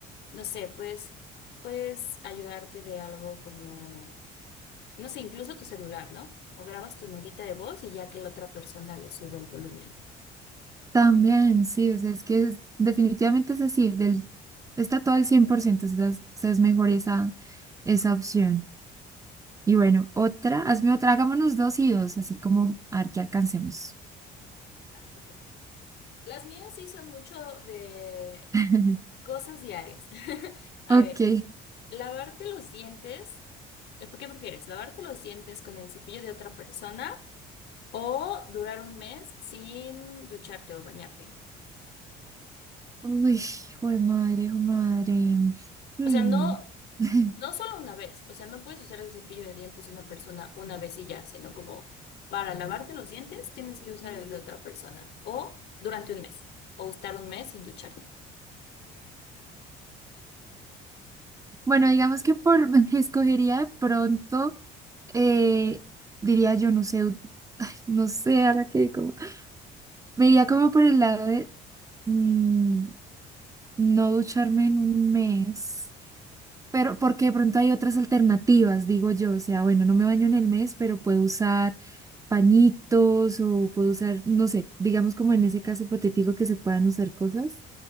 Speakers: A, on the left; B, on the right.
A: no sé, pues puedes ayudarte de algo como, no sé, incluso tu celular, ¿no? O grabas tu notita de voz y ya que la otra persona le sube el volumen.
B: también, sí, o sea, es que es- definitivamente es así, del, está todo al 100%, o sea, es, o sea, es mejor esa, esa opción. Y bueno, otra, hazme otra, hagámonos dos y dos, así como a ver qué alcancemos.
A: Va, ok. Las mías sí son mucho de
B: <laughs>
A: Cosas diarias. <laughs> A
B: Ok.
A: ver, lavarte los dientes. eh, ¿Qué prefieres? ¿Lavarte los dientes con el cepillo de otra persona o durar un mes sin ducharte o bañarte?
B: Uy, hijo de madre, hijo de madre. Hmm.
A: O sea, no,
B: <laughs>
A: no solo una vez. O sea, no puedes usar el cepillo de dientes de una persona una vez y ya, sino como para lavarte los dientes tienes que usar el de otra persona o durante un mes o estar un mes sin ducharte.
B: Bueno, digamos que por <laughs> escogería de pronto, eh, diría yo, no sé, ut- ay, no sé, ahora que como, me iría como por el lado de mm, no ducharme en un mes. Pero porque de pronto hay otras alternativas, digo yo, o sea, bueno, no me baño en el mes, pero puedo usar pañitos o puedo usar, no sé, digamos como en ese caso hipotético que se puedan usar cosas.